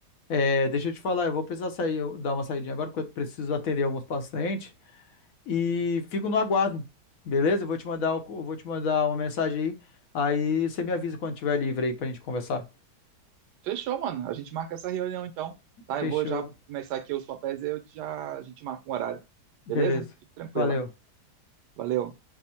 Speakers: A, on the left; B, on the right.
A: É, deixa eu te falar, eu vou precisar sair, eu dar uma saidinha agora, porque eu preciso atender alguns pacientes. E fico no aguardo. Beleza? Eu vou te mandar, o- eu vou te mandar uma mensagem aí. Aí você me avisa quando tiver livre aí pra gente conversar.
B: Fechou, mano. A gente marca essa reunião então, tá?
A: Fechou.
B: Eu vou já começar aqui os papéis e eu já, a gente marca um horário.
A: Beleza.
B: Beleza? Fique tranquila.
A: Valeu.
B: Valeu.